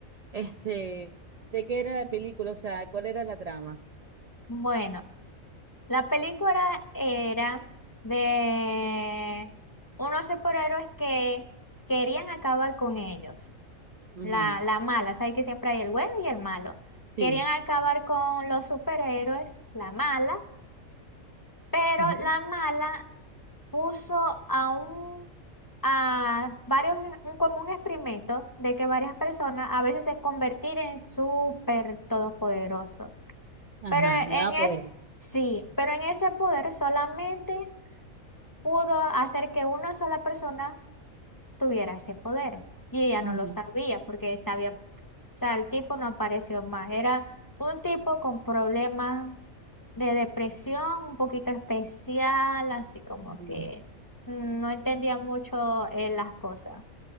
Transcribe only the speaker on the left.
Bueno, la película era de unos superhéroes que querían acabar con ellos.
La, la mala, sabes que siempre hay el bueno y el malo.
Querían acabar con los superhéroes, la mala, pero
la mala puso a un a varios un común experimento de que varias personas a veces se convertir en súper todopoderosos.
Pero
en
es,
sí, pero en ese poder solamente pudo hacer que una sola persona tuviera ese poder. Y ella no
lo sabía porque sabía, o sea, el tipo no apareció más. Era un tipo con problemas de depresión, un poquito especial, así como
que mm, no entendía mucho eh, las cosas.